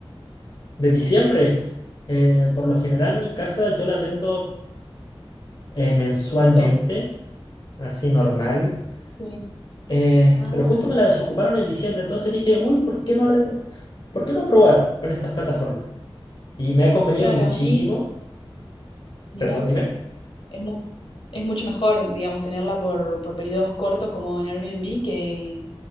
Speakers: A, on the left; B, on the left.
A: De diciembre, eh, por lo general mi casa yo la arrendo eh, mensualmente,
B: Poquito.
A: así normal.
B: Sí.
A: Eh,
B: Ah,
A: pero justo me la desocuparon en diciembre, entonces dije, uy, ¿por qué no, arre- ¿por qué no probar con estas plataformas? Y me ha convenido
B: claro.
A: muchísimo,
B: Y mira,
A: perdón, dime.
B: es, mu- es mucho mejor, digamos, tenerla por, por periodos cortos como en Airbnb que,